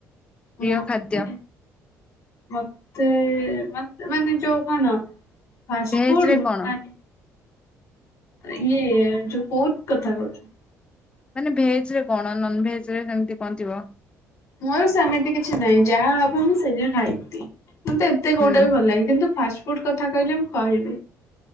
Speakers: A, on the left (about 20°); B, on the left (about 60°).
A: ପ୍ରିୟ
B: ମତେ
A: ଖାଦ୍ୟ?
B: ମତେ ମା ମାନେ ଯଉ କଣ? ଫାଷ୍ଟ
A: ଭେଜ
B: ଫୁଡ୍
A: ରେ
B: ନାଇ
A: କଣ
B: ଇଏ ଯୋଉ ଫ୍ରୁଟ କଥା କହୁଛୁ।
A: ମାନେ ଭେଜ ରେ କଣ ନନ୍ ଭେଜ ରେ ଯେମିତି କଣ ଥିବ।
B: ମୋର ସେମିତି କିଛି ନାହିଁ ଯାହା ହବ ମୁଁ ସେଇୟା ଖାଇି ବି ମତେ ଏତ ଏତେ କଉଟା
A: ହୁଁ
B: ବି ଭଲ ଲାଗେ କିନ୍ତୁ ଫାଷ୍ଟଫୁଡ କଥା କହିଲେ ମୁଁ କହିବି।